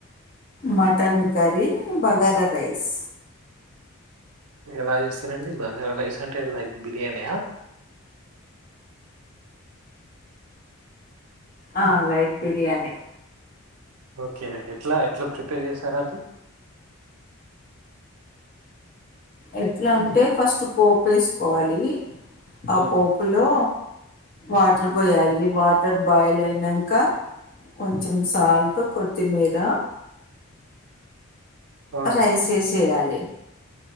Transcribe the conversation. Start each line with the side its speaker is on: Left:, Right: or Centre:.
Left: మటన్ కరీ బగార రైస్
Right: ఎలా చేస్తారంండి బగర్ రైస్ అంటే లైక్ బిర్యానీయా
Left: ఆ రైట్ బిర్యానీ
Right: ఓకే ఎట్లా ఎట్లా ప్రిపేర్ చేసార అది
Left: ఎట్లా ఉంటే ఫస్ట్ పోపు వేసుకోవాలి ఆ
Right: ఉమ్
Left: పోపులో వాటర్ పోయాలి వా తది బాయల్ అయినాక కొంచెం సాల్ట్ కొత్తిమీర
Right: ఉమ్
Left: అ రై స చేయాలి